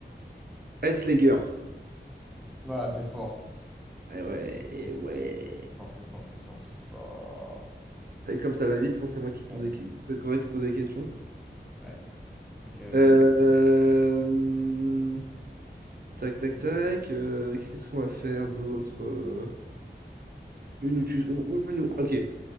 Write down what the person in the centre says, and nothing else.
Ah, c'est fort.
Fort, c'est fort, c'est fort, c'est fort.
Ouais,
ouais. Ok, bon.